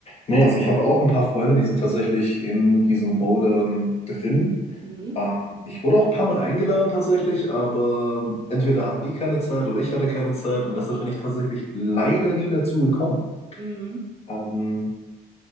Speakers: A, on the left; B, on the right.
A: Nee, also ich habe auch ein paar Freunde, die sind tatsächlich in diesem Bouldern drin.
B: Mhm.
A: Ähm, ich wurde auch ein paar Mal eingeladen tatsächlich, aber entweder hatten die keine Zeit oder ich hatte keine Zeit und
B: Ach,
A: deshalb
B: schade.
A: bin ich tatsächlich leider nie dazu gekommen.
B: Mhm.
A: Ähm,